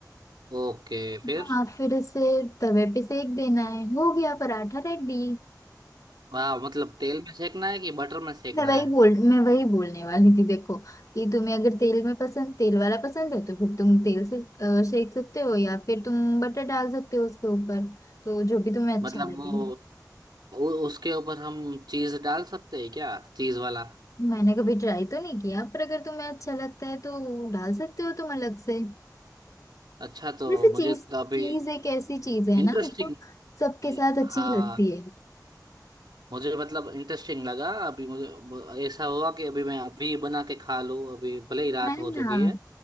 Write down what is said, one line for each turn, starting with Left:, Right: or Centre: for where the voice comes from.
Right: ओके फिर
Left: हाँ फिर उसे तवे पे सेक देना है हो गया पराठा रेडी
Right: वाह मतलब तेल में सेकना है कि बटर में सेकना
Left: मैं वही
Right: है
Left: बोल मैं वही बोलने वाली थी देखो कि तुम्हें अगर तेल में पसंद तेल वाला पसंद है तो फिर तुम तेल से अ, सेक सकते हो या फिर तुम बटर डाल सकते हो उसके ऊपर तो जो भी तुम्हें अच्छा
Right: मतलब
Left: लगे
Right: वो उ, उसके ऊपर हम चीज डाल सकते हैं क्या चीज वाला
Left: मैंने कभी ट्राई तो नहीं किया पर अगर तुम्हें अच्छा लगता है तो डाल सकते हो तुम अलग से
Right: अच्छा तो
Left: वैसे
Right: मुझे
Left: चीज
Right: तो अभी
Left: चीज एक ऐसी चीज है
Right: इंटरेस्टिंग
Left: ना जो सबके
Right: ए-
Left: साथ अच्छी
Right: हाँ
Left: लगती है
Right: मुझे मतलब इंटरेस्टिंग लगा अभी मुझे ब- ऐसा हुआ कि अभी मैं अभी बना के खा लूँ अभी भले ही रात
Left: है
Right: हो
Left: ना
Right: चुकी है